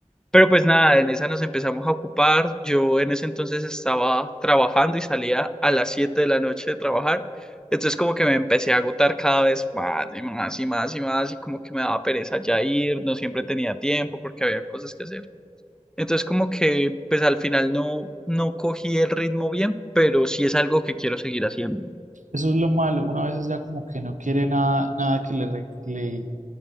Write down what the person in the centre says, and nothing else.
Pero pues nada, en esa nos empezamos a ocupar. Yo en ese entonces estaba trabajando y salía a las 7 de la noche de trabajar. Entonces como que me empecé a agotar cada vez más y más y más y más y como que me daba pereza ya ir, no siempre tenía tiempo porque había cosas que hacer. Entonces como que pues al final no, no cogí el ritmo bien, pero sí es algo que quiero seguir haciendo.